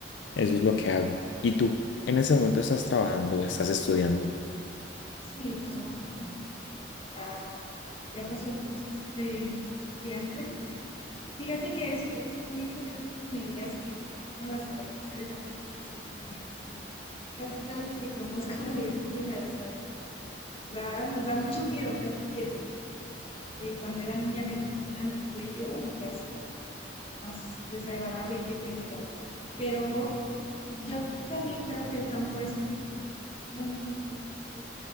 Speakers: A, on the left; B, on the left.
A: eso es lo que hago. ¿Y tú en ese momento estás trabajando o estás estudiando?
B: Sí, trabajando. Pero pues ya, ya pasó el proceso de, de estudiante Fíjate que es, es muy curioso que me digas que te gustan las abejas. Eres la primera persona que me dices. Casi todos los que conozco le huyen a las abejas, ¿no? Nos da, nos da mucho miedo, ¿no? Etiqueta. A mí, eh, cuando era niña me picó una en el cuello y ha sido como el dolor más desagradable que he tenido. Pero yo también creo que el campo es muy bonito, muy, muy, muy bonito. Yo